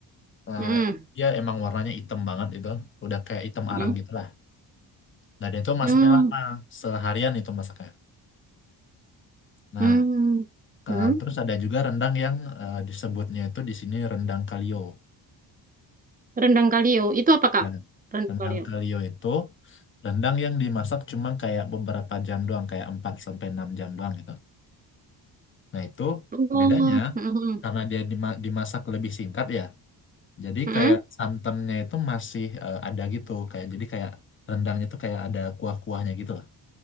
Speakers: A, on the left (about 30°); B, on the right (about 20°).
A: eh,
B: Mm-mm.
A: dia emang warnanya hitam banget itu, udah kayak hitam
B: Mm-mm.
A: arang gitulah. Nah, dia itu masaknya
B: Mm.
A: lama, seharian itu masaknya. Nah,
B: Mm.
A: ke-
B: Mm.
A: terus ada juga rendang yang eh, disebutnya itu di sini rendang kalio.
B: Rendang kalio, itu apa kak?
A: Dan
B: Rendang
A: rendang
B: kalio.
A: kalio itu rendang yang dimasak cuma kayak beberapa jam doang, kayak 4 sampai 6 jam doang gitu. Nah, itu
B: Oh,
A: bedanya
B: mm-mm.
A: karena dia dima- dimasak lebih singkat ya. Jadi
B: Mm-mm.
A: kayak santannya itu masih eh, ada gitu, kayak jadi kayak rendangnya itu kayak ada kuah-kuahnya gitu lah.